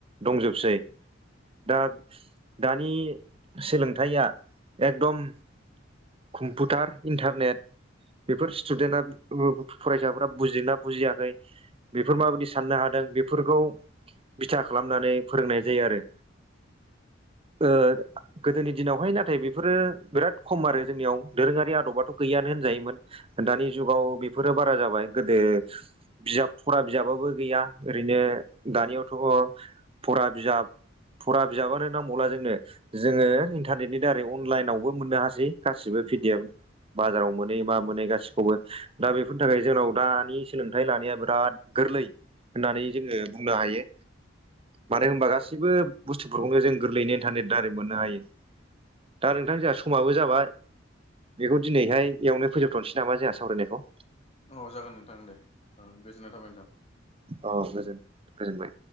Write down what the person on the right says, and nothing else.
दंजोबसै दा दानि सोलोंथाइया एकदम कम्पिउटार इन्टारनेट बेफोर स्थुदेन्टा फरायसाफोरा बुजिदोंना बुजियाखै बेफोर माबायदि साननो हादों बेफोरखौ बिथा खालामनानै फोरोंनाय जायो आरो ओ गोदोनि दिनावहाय नाथाय बेफोरो बिराद खम आरो जोंनियाव दोरोङारि आदबाथ' गैयानो होनजायोमोन दानि जुगाव बेफोरो बारा जाबाय गोदो बिजाब फरा बिजाबाबो गैया ओरैनो दानियावथ' फरा बिजाब फरा बिजाबानो नांबावला जोंनो जोङो इन्टारनेटनि दारै अनलाइनावबो मोननो हासै गासिबो पि डि एफ बाजाराव मोनै मा मोनै गासिखौबो दा बेफोरनि थाखाय जोंनाव दानि सोलोंथाइ लानाया बिराद गोरलै होननानै जोङो बुंनो हायो मानो होनबा गासैबो बुस्थुफोरखौनो जों गोरलैयैनो इन्टारनेट दारै मोननो हायो दा नोंथां जोंहा समाबो जाबाय बेखौ दिनैहाय एवनो फोजोबथ'नोसै नामा जोंहा सावरायनायखौ
अ गोजो गोजोनबाय